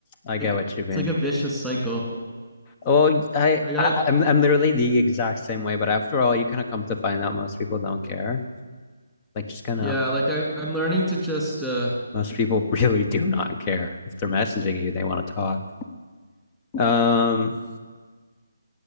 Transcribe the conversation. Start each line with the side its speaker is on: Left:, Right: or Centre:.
Left: I get
Centre: like
Left: what you mean.
Centre: it's like a vicious cycle
Left: Oh, I,
Centre: i
Left: I
Centre: got it.
Left: I'm I'm literally the exact same way, but after all, you kind of come to find out most people don't care. Like just kind
Centre: yeah
Left: of
Centre: like I, i'm learning to just uh
Left: most people <laughs> really do not care if they're messaging you, they want to talk. Um,